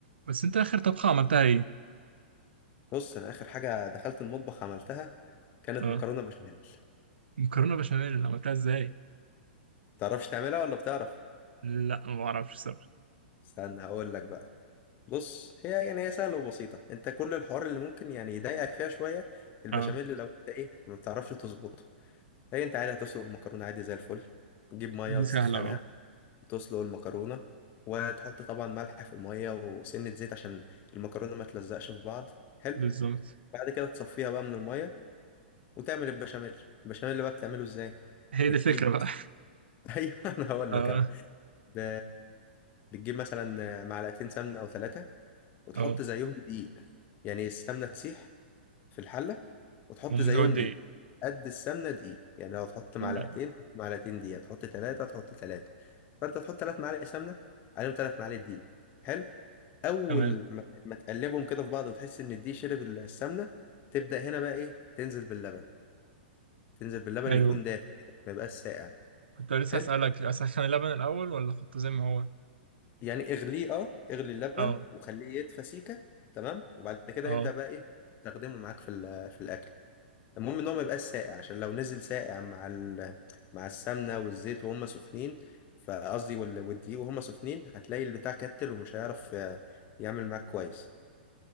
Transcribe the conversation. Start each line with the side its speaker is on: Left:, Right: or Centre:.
Right: بس انت اخر طبخة عملتها ايه؟
Left: بص انا اخر حاجه دخلت المطبخ عملتها كانت
Right: اه
Left: مكرونه بشاميل
Right: مكرونة بشاميل عملتها ازاي؟
Left: تعرفش تعملها ولا بتعرف
Right: لا ما اعرفش الصراحة
Left: استنى هقول لك بقى بص هي يعني هي سهله وبسيطه انت كل الحوار اللي ممكن يعني يضايقك فيها شويه البشاميل
Right: اه
Left: لو انت ايه ما بتعرفش تظبطه هي انت عادي هتسلق المكرونه عادي زي الفل تجيب ميه
Right: دي
Left: وتسخنها
Right: سهلة اه
Left: وتسلق المكرونه وتحط طبعا ملح في الميه وسنه زيت عشان المكرونه ما تلزقش في بعض حلو
Right: بالظبط
Left: بعد كده تصفيها بقى من الميه وتعمل البشاميل البشاميل بقى بتعمله ازاي
Right: هي
Left: بتجيب
Right: دي الفكرة بقى
Left: ايوه <laughs> انا
Right: <laughs>
Left: هقول
Right: اه
Left: لك اهو ب... بتجيب مثلا معلقتين سمنه او ثلاثه وتحط
Right: اه
Left: زيهم دقيق يعني السمنه تسيح في الحله وتحط
Right: ومزود
Left: زيهم
Right: دقيق
Left: دقيق قد السمنه دقيق يعني لو تحط معلقتين
Right: تمام
Left: تحط معلقتين دقيق تحط ثلاثه تحط ثلاثه فانت تحط ثلاث معالق سمنه عليهم ثلاث معالق دقيق حلو اول
Right: تمام
Left: ما ما تقلبهم كده في بعض وتحس ان الدقيق شرب السمنه تبدا هنا بقى ايه تنزل باللبن تنزل باللبن
Right: حلو
Left: يكون دافئ ما يبقاش ساقع
Right: كنت لسه
Left: حلو
Right: اسألك اسخن اللبن الاول ولا احطه زي ما هو؟
Left: يعني اغليه اه اغلي اللبن
Right: اه
Left: وخليه يدفى سيكه تمام وبعد كده
Right: اه
Left: ابدا بقى ايه تستخدمه معاك في ال- في الاكل المهم ان هو ما يبقاش ساقع عشان لو نزل ساقع مع ال... مع السمنه والزيت وهم سخنين فقصدي وال- والدقيق وهم سخنين هتلاقي البتاع كتل ومش هيعرف آه، يعمل معاك كويس